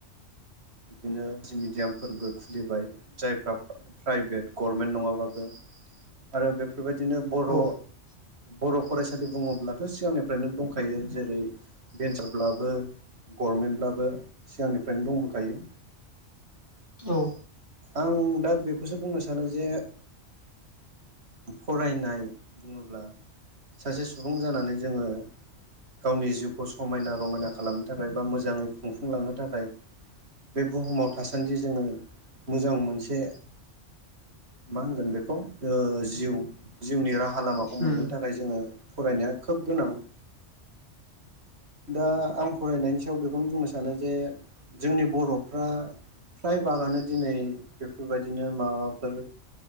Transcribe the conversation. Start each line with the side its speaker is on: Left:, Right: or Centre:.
Right: बिदिनो जि मिडियामफोरबो खुलिबाय जायफ्रा प्राइभेट गभर्मेन्ट नङाबाबो आरो बेफोरबायदि बिदिनो बर'
Left: औ
Right: बर' फरायसालि बुङोब्लाथ' सिगांनिफ्रायनो दंखायो जेरै भन्सारब्लाबो गभनमेन्टब्लाबो सिगांनिफ्रायनो दंबोखायो खायो
Left: औ
Right: आं दा बेखौसो बुंनो सानो जे फरायनाय बुङोब्ला सासे सुबुं जानानै जोङो गावनि जिउखौ समायना रमायना खालामनो थाखाय बा मोजाङै खुंफुंलांनो थाखाय बे बुहुमाव थासान्दि जोङो मोजां मोनसे मा होनगोन बेखौ ओ जिउ जिउनि राहा लामाखौ मोननो
Left: उम
Right: थाखाय जोङो फरायनाया खोब गोनां दा आं फरायनायनि सायाव बेखौनो बुंनो सानो जे जोंनि बर'फ्रा फ्राय बागानो दिनै बेफोरबायदिनो माबाफोर